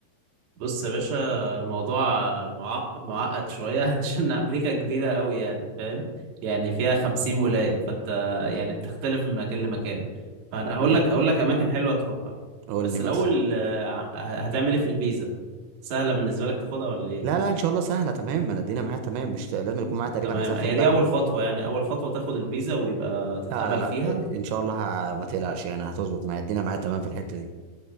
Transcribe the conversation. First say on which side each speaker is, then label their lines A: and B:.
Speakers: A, on the right (about 60°); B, on the right (about 85°).
A: بص يا باشا الموضوع معق- معقد شوية <laughs> عشان أمريكا كبيرة أوي يعني فاهم يعني فيها خمسين ولاية فأنت يعني بتختلف من مكان لمكان فأنا هقول
B: مم.
A: لك هقول لك أماكن حلوة تروحها
B: قول
A: بس
B: لي مثلا
A: الأول آه، ه- هتعمل إيه في الفيزا سهلة بالنسبة لك تاخدها ولا إيه
B: لا لا ان شاء الله سهله تمام انا الدنيا معايا تمام مش لازم يكون معايا تقريبا
A: تمام
B: حساب
A: هي
B: في البنك
A: دي أول
B: و...
A: خطوة يعني أول خطوة تاخد الفيزا ويبقى تتقبل
B: لا لا لا
A: فيها
B: ان شاء الله ه- ما تقلقش يعني هتظبط معايا الدنيا معايا تمام في الحته دي